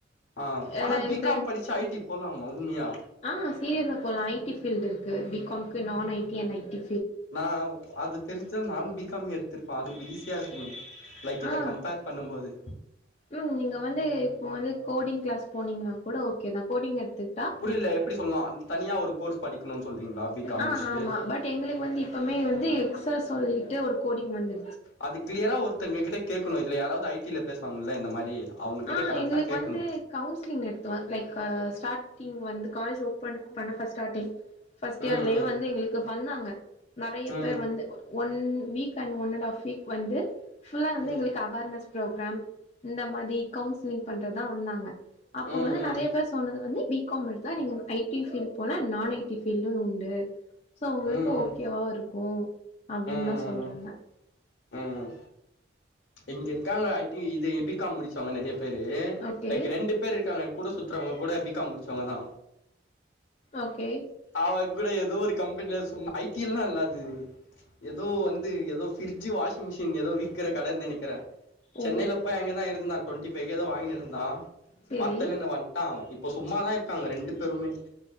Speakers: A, on the left; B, on the left.
A: ஆ
B: அ
A: ஆனா பி
B: இந்த
A: காம் படிச்சா ஐ டி போலாமா உண்மையா
B: ஆ சீரியஸா போலா ஐடி ஃபீல்டு இருக்கு பி காமுக்கு நான் ஐடி அண்ட் ஐடி
A: நா அது தெரிஞ்சா நானு பி காமே எடுத்திருப்பே அது ஈஸியா இருக்குமே லைக் இத
B: ஆ
A: கம்பேர் பண்ணம் போது
B: ம் நீங்க வந்து இப்ப வந்து கோடிங் கிளாஸ் போனீங்கன்னா கூட ஓகே தா கோடிங் எடுத்துக்கிட்டா
A: புரியல எப்டி சொல்லா தனியா ஒரு கோர்ஸ் படிக்கணுனு சொல்றீங்களா பி காம்
B: ஆ
A: முடிச்சுட்டு
B: ஆமா பட் எங்களுக்கு வந்து இப்பமே வந்து எக்சஸ் சொல்லிட்டு ஒரு கோடிங் வந்து
A: அது கிளியரா ஒருத்தங்க கிட்ட கேட்கணு இதுல யாராவது ஐ டில பேசுவாங்கல்ல இந்த மாரி அவங்ககிட்ட
B: ஆ
A: கரெக்டா
B: எங்களுக்கு
A: கேட்கணு
B: வந்து கவுன்சிலிங் நடத்துவே லைக் ஸ்டார்ட்டிங் வந்து காலேஜ் ஓ பன் பண்ண ஃபர்ஸ்ட் ஸ்டார்ட்டிங் ஃபர்ஸ்ட் இயர்லயு
A: ம் ம்
B: வந்து எங்களுக்கு வந்தாங்க நெறைய
A: ம்
B: பேர் வந்து one week and one and half week வந்து ஃபுல்லா வந்து
A: ம்
B: எங்களுக்கு அவார்னஸ் ப்ரோக்ராம் இந்த மாதி கவுன்சிலிங் பண்றதுதா வந்தாங்க அப்ப
A: ம் ம்
B: வந்து நெறைய பேர் சொன்னது வந்து பி காம் எடுத்தா நீங்க ஐ டி பீல்ட் போலா நான் ஐ டி பீல்டு உண்டு சோ உங்களுக்கு
A: ம்
B: ஓக் கேவா இருக்கு அப்டின்தா
A: ம்
B: சொல்றாங்க
A: ம் ம் இங்க இருக்காங்க ஐ டி இது பி காம் முடிச்சவங்க நெறைய பேரு
B: ஓகே
A: லைக் ரெண்டு பேர் இருக்காங்க ஏ கூட சுத்துறவங்க கூட பி காம் முடிச்சவங்கதா
B: ஓகே
A: அவ கூட ஏதோ ஒரு கம்பெனில சும் ஐ டில்லா இல்ல அது ஏதோ வந்து ஏதோ ஃப்ரிட்ஜ் வாஷிங் மிஷின் ஏதோ விக்கற கட நெனைக்கிறே சென்னைல
B: ஓ
A: போய் அங்கதா இருந்தான் டுவென்டி ஃபைவ் கே ஏதோ வாங்கின்னு இருந்தா
B: செரி
A: பத்தலன்னு வன் ட்டா அவே இப்ப சும்மாதா இருக்காங்க ரெண்டு பேருமே